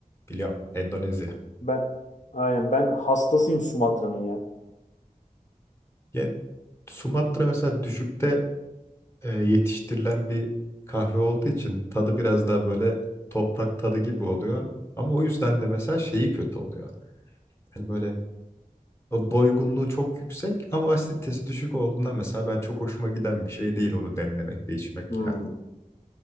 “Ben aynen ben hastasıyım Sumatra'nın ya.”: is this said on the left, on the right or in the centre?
Left